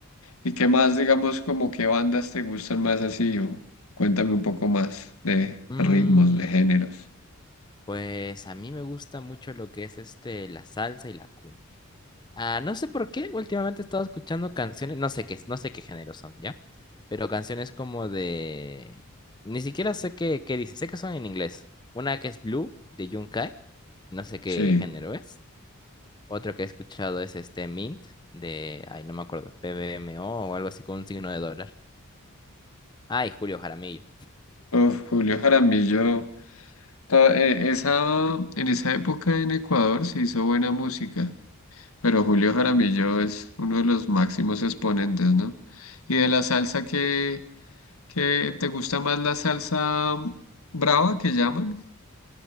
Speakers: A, on the left; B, on the left.
A: ¿Y qué más, digamos, como qué bandas te gustan más así? O cuéntame un poco más de
B: Mm,
A: ritmos, de géneros.
B: pues a mí me gusta mucho lo que es este, la salsa y la cumbia. Ah, no sé por qué, últimamente he estado escuchando canciones, no sé qué, no sé qué género son, ¿ya? pero canciones como de... Ni siquiera sé qué, qué dice, sé que son en inglés. Una que es Blue de Yunkai, no sé qué
A: Sí.
B: género es. Otro que he escuchado es este Mint de, ay, no me acuerdo, PBMO o o algo así con un signo de dólar. Ay, Julio Jaramillo.
A: Uf, Julio Jaramillo. to- eh, Esa, en esa época en Ecuador se hizo buena música. Pero Julio Jaramillo es uno de los máximos exponentes, ¿no? Y de la salsa que, que te gusta más la salsa mm, brava que llaman,